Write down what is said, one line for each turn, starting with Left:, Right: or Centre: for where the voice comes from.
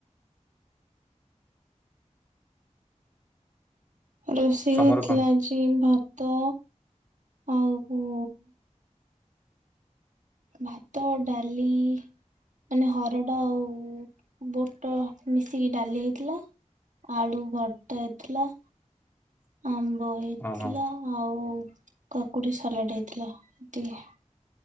Right: ରୋଷେଇ
Left: ତମର
Right: ହେଇଥିଲା
Left: କଣ
Right: ଆଜି ଭାତ ଆଉ ପୁ ଭାତ, ଡାଲି। ମାନେ ହରଡ଼ ଆଉ ବୁଟ ମିଶିକି ଡାଲି ହେଇଥିଲା। ଆଳୁ ଭର୍ତ୍ତା ହେଇଥିଲା। ଆମ୍ବ ହେଇଥିଲା
Left: ଓହୋ
Right: ଆଉ କାକୁଡି ସାଲାଟ ହେଇଥିଲା ଏତିକି।